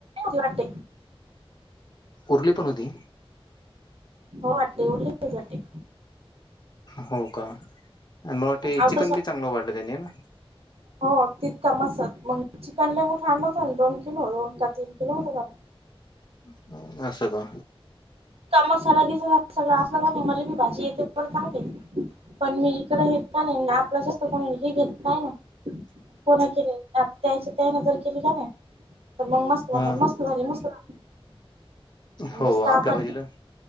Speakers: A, on the right (about 75°); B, on the left (about 45°).
A: वाट.
B: उरली पण होती.
A: हो वाटते उललेखले जाते.
B: हो का आणि मला ते
A: अवत
B: चिकन बी चांगलं वाढलं त्यानी ना.
A: हो तितकाम असत मग चिकन लेंबू थांड होतं ना दोन किलो दोन का तीन किलो होत.
B: ् अससं का?
A: मसाला घिसला सगळ असलं का नाही मला मी भाजी येते ब चांगली. पण मी इकडें हेेत नाही आपला जास्त कोणी हे घेत नाही ना. कोणा केले त्याची त्या नजर केली का नाही. तर मग मस्त म
B: ह
A: मस्त झाली मस्तस्त
B: हो आपल्या
A: आपण
B: भाजीला